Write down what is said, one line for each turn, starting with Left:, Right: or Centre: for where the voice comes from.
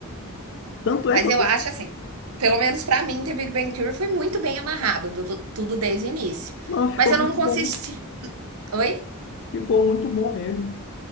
Left: Tanto é
Right: Mas
Left: que eu
Right: eu acho assim, pelo menos para mim, The Big Bang Theory foi muito bem amarrado, tudo, tudo desde o início.
Left: Não, ficou
Right: Mas eu
Left: muito
Right: não consegui.
Left: bom.
Right: Oi?
Left: Ficou muito bom mesmo.